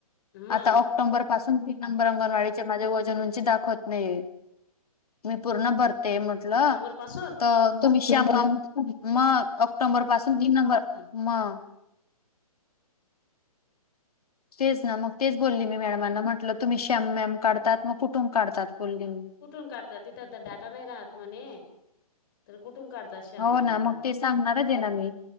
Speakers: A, on the left; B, on the left.
A: मग
B: आता ऑक्टोबर पासून रंगणवाडीचे माझे वजन, उंची दाखवत नाही. मी पूर्ण भरते म्हटलं.
A: नंबर पासून
B: तर तुम्ही <unintelligible> मग ऑक्टोबर पासून तीन नंबर मग. तेच ना मग तेच बोलली मी मॅडमांना म्हटलं तुम्ही शेम मॅम काढतात मग कुठून काढतात बोलली म.
A: कुठून काढतात तिथं तर डाटा नाही राहत म्हणे तर कुठून काढत? तशा
B: हो
A: म्याम
B: ना
A: मुलं
B: मग ते सांगणारच आहे ना मी